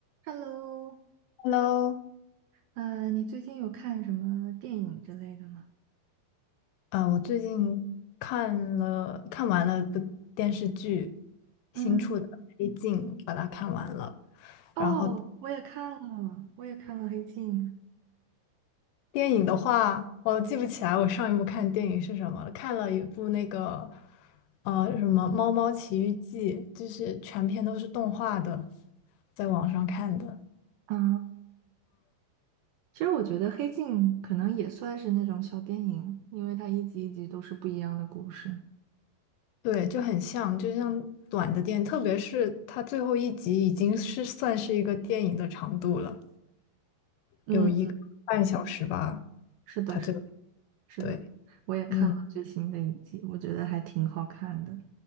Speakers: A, on the right; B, on the left.
A: Hello，
B: Hello，
A: 呃，你最近有看什么电影之类的吗？
B: 呃，我最近看了看完了一部电视剧，
A: 嗯，
B: 新出的《黑镜》，把它看完了。
A: 哦，
B: 然后
A: 我也看了，我也看了《黑镜》。
B: 电影的话，我记不起来我上一部看电影是什么了，看了一部那个呃什么《猫猫奇遇记》，就是全篇都是动画的，在网上看的。
A: 啊，其实我觉得《黑镜》可能也算是那种小电影，因为它一集一集都是不一样的故事。
B: 对，就很像，就像短的电影，特别是它最后一集已经是算是一个电影的长度了，
A: 嗯，
B: 有一个半小时吧。
A: 是的，
B: 他最
A: 是是的，
B: 对，
A: 我也看了最新的一集，
B: 嗯
A: 我觉得还挺好看的。